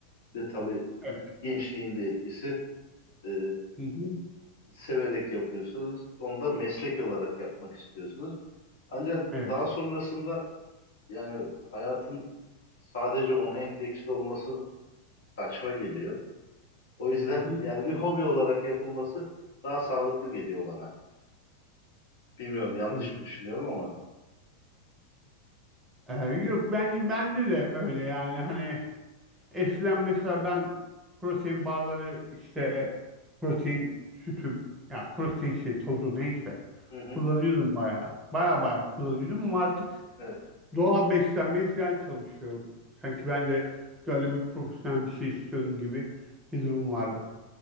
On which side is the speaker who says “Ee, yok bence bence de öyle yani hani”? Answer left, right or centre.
Right